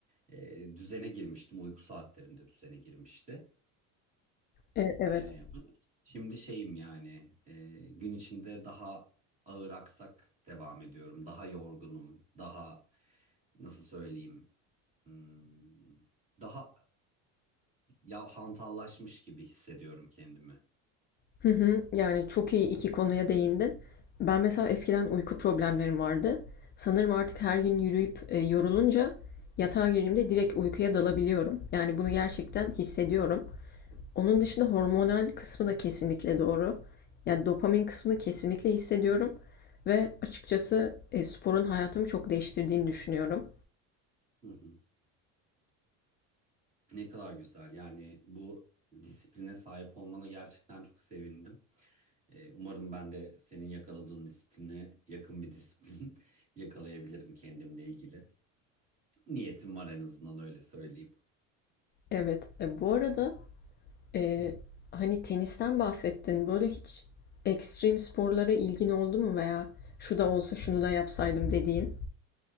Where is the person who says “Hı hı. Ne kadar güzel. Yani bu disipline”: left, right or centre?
Right